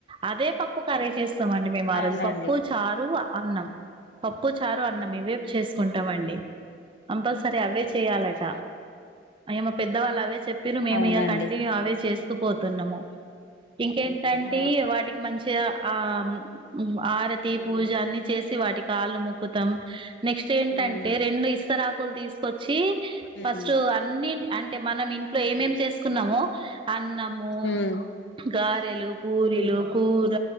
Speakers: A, on the right (about 25°); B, on the left (about 70°).
A: అదే పప్పు కర్రీ చేస్త వస్తాం అండి మేము ఆ
B: అవునండి
A: రోజు పప్పు చారు అన్నం పప్పు చారు అన్నం
B: ఆ
A: ఇవేపు చేసుకుంటాంండి అంబల్ సరే ఆజ చేయాలట
B: ఆ
A: అయమ పెద్దవాళ్ళు అవే చెప్ రు మేము
B: అవునండి
A: ఇగ కంటిన్యూ అవే చేస్ పోతున్నము ఇంకేంటంటి
B: ఆ
A: వాటికి మంచిగ ఆ మ్ ఆరతి
B: ఉమ్
A: పూజ అన్ని చేసి వాటి కాళ్లు ముక్ కుతం నెక్స్ట్ ఏంటంటే
B: ఉమ్
A: రెండు ఇస్తరాకులు తీసుకొచ్చి
B: ఉమ్
A: ఫస్ట్ అన్ని అంటే మనం ఇన్ ఏం ఏం చేసుకున్నామో అన్నము
B: ఉమ్
A: గారెలు పూరీలు కూర